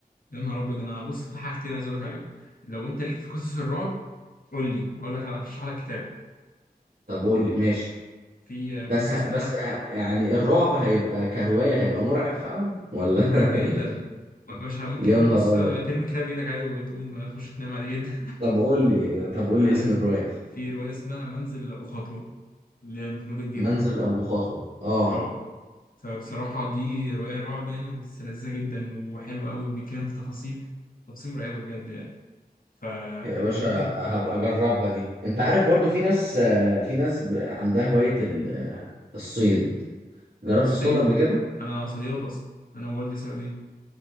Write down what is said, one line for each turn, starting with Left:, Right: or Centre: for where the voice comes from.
Left: يا نهار ابيض انا بص في حاجتين عايز اقول لك عليهم لو انت ليك في قصص الرعب قول لي هقول لك ارشح لك كتاب
Right: طب قول لي ماشي
Left: في قصة
Right: بس بس
Left: اسمها
Right: يعني الرعب هيبقى كرواية هيبقى مرعب فعلا ولا
Left: مرعب جدا
Right: <laughs>
Left: م- مش ه- ممكن
Right: يا نهار
Left: بص
Right: أبيض
Left: ترمي كتاب بايدك عادي وتقوم تخش تنام عادي جدا
Right: طب قول لي طب قول
Left: <laughs> عارف
Right: لي اسم الرواية
Left: في رواية اسمها منزل أبو خطوة لمحمود الجندي
Right: منزل أبو خطوة اه
Left: اه فبصراحة دي رواية رعب يعني بس لذيذة جدا وحلوة قوي وبيتكلم في تفاصيل تفاصيل مرعبة بجد يعني ف يعني
Right: يا باشا
Left: ممكن
Right: هبقى أجربها دي أنت عارف برضو في ناس آه، في ناس ب- عندها هواية ال- آه، الصيد جربت
Left: الصيد
Right: تصطاد قبل كده؟
Left: أنا صياد أصلا أنا ووالدي صيادين